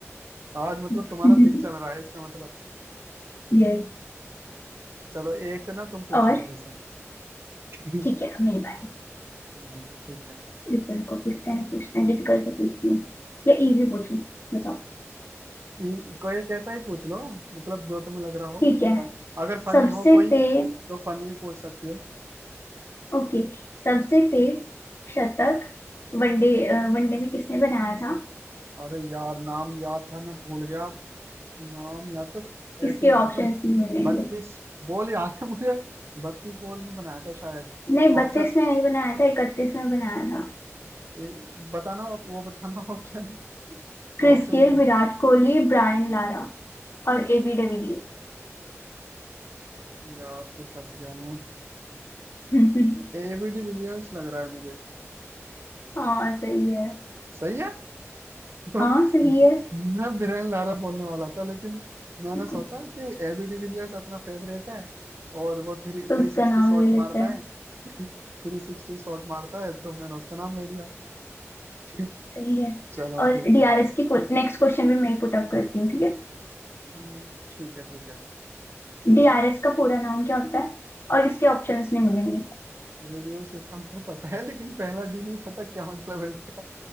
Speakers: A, on the right (about 55°); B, on the left (about 50°).
A: आज मतलब
B: <laughs>
A: तुम्हारा दिन चल रहा है इसका मतलब
B: यस
A: चलो एक ना तुम पूछो
B: और
A: मेरे से <laughs>
B: ठीक है अब मेरी बारी
A: नहीं, ठीक है
B: रुको रुको पूछते हैं पूछते हैं डिफिकल्ट से पूछती हूँ या इजी पूछूं बताओ
A: ये- कोई कैसा ही पूछ लो मतलब जो तुम्हें लग रहा हो
B: ठीक है
A: फन, अगर फनी
B: सबसे
A: हो कोई
B: तेज
A: तो फनी भी पूछ सकती हो
B: ओके सबसे तेज शतक वनडे अ, वनडे में किसने बनाया था
A: अरे यार नाम याद था मैं भूल गया नाम याद तो
B: इसके
A: ऐसे ही बनाया
B: ऑप्शंस
A: था
B: नहीं मिलेंगे
A: बत्तीस बॉल याद है मुझे बत्तीस बॉल में बनाया था शायद
B: नहीं बत्तीस
A: ऑप्शन
B: में नहीं बनाया था इकतीस में बनाया था
A: ए, बताना वो बताना <laughs> ऑप्शन
B: Chris
A: ऑप्शन
B: Gayle
A: दे।
B: Virat Kohli Brian Lara और एबी डिविलियर्स
A: यार फिर फंस गया मैं
B: <laughs>
A: <laughs> एबीडी विलियर्स लग रहा है मुझे
B: हाँ सही है
A: सही है <laughs> मैं
B: हाँ सही है
A: बिरेन लारा बोलने वाला था लेकिन मैंने सोचा
B: तो
A: कि एबीडी विलियर्स अपना फेवरेट है और वो थ्री थ्री
B: उसका
A: सिक्सटी
B: नाम
A: शॉट
B: ले लेते
A: मारता
B: हैं
A: है <laughs> थ्री सिक्सटी शॉट मारता है तो मैंने उसका नाम ले लिया <laughs>
B: सही है
A: चलो
B: और
A: ठीक
B: डीआरएस
A: है
B: की नेक्स्ट क्वेश्चन भी मैं ही पुट अप करती हूँ ठीक है
A: हम्म, ठीक है ठीक है पूछो
B: डीआरएस का पूरा नाम क्या होता है और इसके ऑप्शंस नहीं मिलेंगे
A: रिव्यू सिस्टम तो पता है लेकिन पहला डी नहीं पता क्या मतलब है इसका